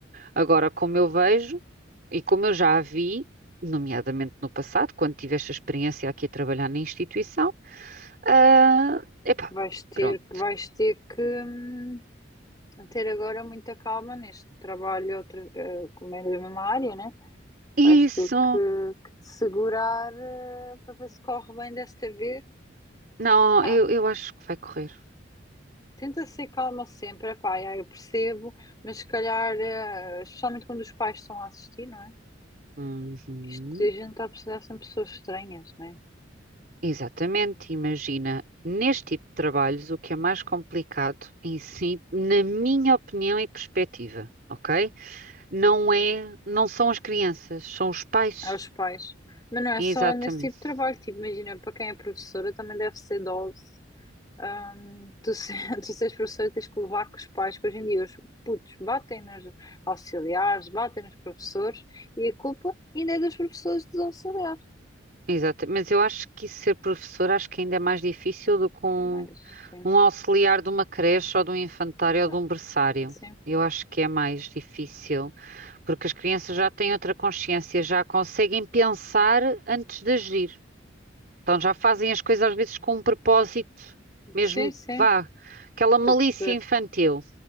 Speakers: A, on the right (about 50°); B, on the left (about 20°).
A: Agora, como eu vejo e como eu já a vi, nomeadamente no passado, quando tive esta experiência aqui a trabalhar na instituição, ah, epá,
B: Vais ter,
A: pronto.
B: que- vais ter que hum, ter agora muita calma neste trabalho, outra, eh, como é da mesma área, né?
A: Isso,
B: Vais ter que, que te segurar eh, para ver se corre bem desta vez.
A: não,
B: Pá,
A: eu, eu acho que vai correr.
B: Tenta ser calma sempre, epá, já, eu percebo, mas se calhar, eh, especialmente quando os pais estão a assistir, não é?
A: Uhum.
B: Que isto, a gente está a precisar sempre de pessoas estranhas, não é?
A: Exatamente, imagina, neste tipo de trabalhos, o que é mais complicado em si, na minha opinião e perspectiva, ok? Não é, não são as crianças, são os pais.
B: Aos pais. Mas não é
A: Exatamente.
B: só nesse tipo de trabalho, tipo, imagina, para quem é professora também deve ser dose. Ahm, tu, se, <laughs> tu seres professora tens que levar com os pais, que hoje em dia os putos batem nos auxiliares, batem nos professores e a culpa ainda é dos professores e dos auxiliares.
A: Exato, mas eu acho que isso ser professor acho que ainda é mais difícil do que um,
B: Também, sim.
A: um auxiliar de uma creche ou de um infantário ou
B: Ah,
A: de um berçário.
B: Sim,
A: Eu acho que é mais difícil, porque as crianças já têm outra consciência, já conseguem pensar antes de agir. Então já fazem as coisas às vezes com um propósito, mesmo
B: sim, sim,
A: que vá, aquela malícia
B: estou a perceber.
A: infantil,